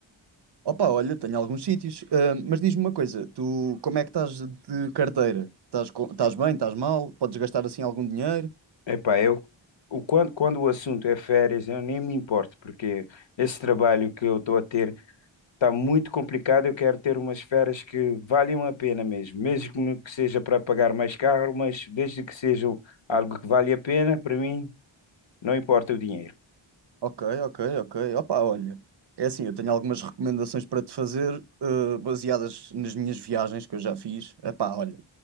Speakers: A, on the right; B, on the left.
A: Opa, olha, tenho alguns sítios, ah, mas diz-me uma coisa, tu como é que estás de carteira? Estás, co- estás bem, estás mal? Podes gastar assim algum dinheiro?
B: Epá, eu o, quando, quando o assunto é férias, eu nem me importo, porque esse trabalho que eu estou a ter está muito complicado. Eu quero ter umas férias que valham a pena mesmo, mesmo que seja para pagar mais caro, mas desde que sejam algo que vale a pena, para mim não importa o dinheiro.
A: Ok, ok, ok. Opa, olha, é assim, eu tenho algumas recomendações para te fazer, ah, baseadas nas minhas viagens que eu já fiz. Epá, olha,